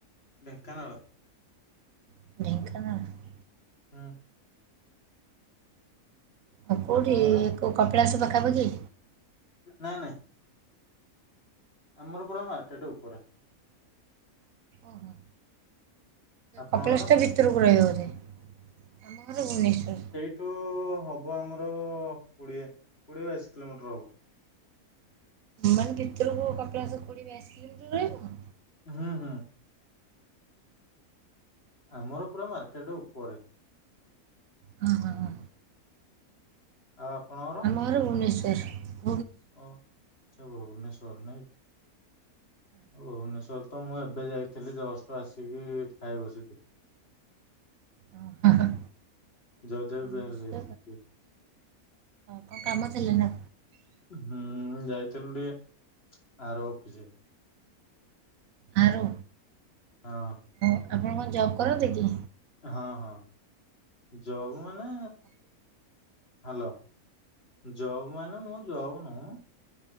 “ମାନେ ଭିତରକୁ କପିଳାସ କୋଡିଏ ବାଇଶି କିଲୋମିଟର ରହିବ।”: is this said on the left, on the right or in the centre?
Right